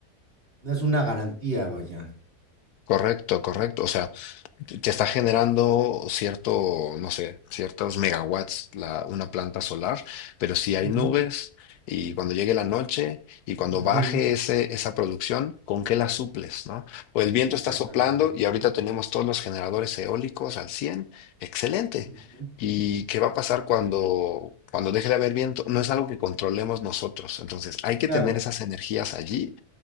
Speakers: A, on the right; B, on the left.
A: no es una garantía, vaya.
B: Correcto, correcto. O sea, te está generando cierto, no sé, ciertos megawatts la, una planta solar, pero si hay
A: Ujú,
B: nubes y cuando llegue la noche y cuando
A: ujú,
B: baje ese, esa producción, ¿con qué la suples, no? O el viento
A: Exactamente.
B: está soplando y ahorita tenemos todos los generadores eólicos al 100, excelente.
A: Ujú.
B: ¿Y qué va a pasar cuando, cuando deje de haber viento? No es algo que controlemos nosotros. Entonces, hay que
A: Claro.
B: tener esas energías allí